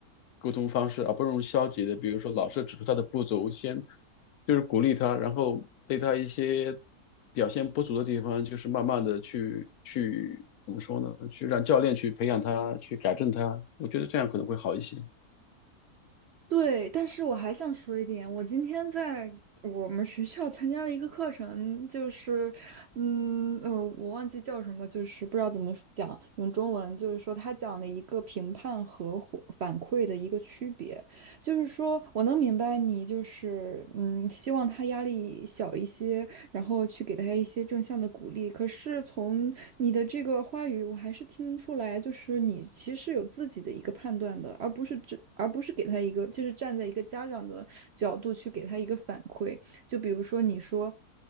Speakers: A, on the left; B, on the right.
A: 沟通方式，而不是用消极的。比如说，老师指出他的不足，先就是鼓励他，然后对他一些表现不足的地方，就是慢慢的去去怎么说呢？去让教练去培养他，去改正他。我觉得这样可能会好一些。
B: 对，但是我还想说一点，我今天在我们学校参加了一个课程，就是，嗯呃，我忘记叫什么，就是不知道怎么讲，用中文就是说他讲了一个评判和回反馈的一个区别，就是说我能明白你就是，嗯，希望他压力小一些，然后去给大家一些正向的鼓励。可是从你的这个话语，我还是听出来，就是你其实有自己的一个判断的，而不是只，而不是给他一个，就是站在一个家长的角度去给他一个反馈。就比如说，你说，